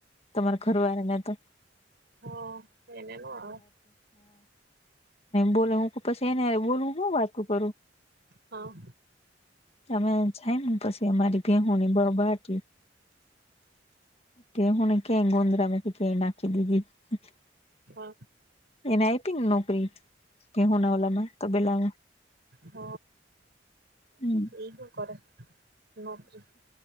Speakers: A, on the left (about 35°); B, on the right (about 60°).
A: તમાર ઘરવાળા ને તો.
B: હા એને ન આવે
A: બોલો હ પછી બોલવું શું વાતું કરું. <unintelligible>
B: હા...
A: તમે જાય પછી ભીહોની બબાટી. તે હ કે ગુંદરા મે ક કે નાખી દીધી <unintelligible>
B: હા
A: એને આપી ને નોકરી કે હોના વાલામાં તેલામાં. <unintelligible>
B: હમ
A: હમ.
B: એવું કર <unintelligible>